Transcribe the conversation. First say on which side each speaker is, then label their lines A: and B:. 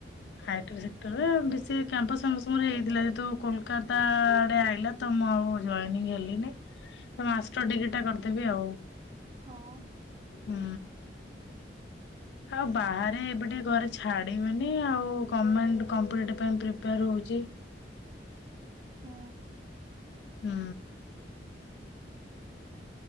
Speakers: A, on the left; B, on the right.
A: ଖାଇଥିଲୁ ସେକ୍ଟରରେ ବେଶୀ କ୍ୟାମ୍ପସ ସରି ଯାଇଥିଲା ଯେହେତୁ କୋଲକାତା ଆଡେ ଆଇଲା ତ ମୁଁ ଆଉ ଜଏନିଙ୍ଗ୍ ହେଲିିନି ମାଷ୍ଟର ଡିଗ୍ରୀ ଟା କରିଦେବି ଆଉ।
B: ହଉ।
A: ହୁଁ। ଆଉ ବାହାରେ ଏବେ ଟିକେ ଘରେ ଛାଡିବେନି ଆଉ। ମୁଁ ଗଭର୍ମେଣ୍ଟ କମ୍ପିଟେଟିଭ ପାଇଁ ପ୍ରିପେୟାର ହଉଛି।
B: ହୁଁ।
A: ହୁଁ।
B: ହ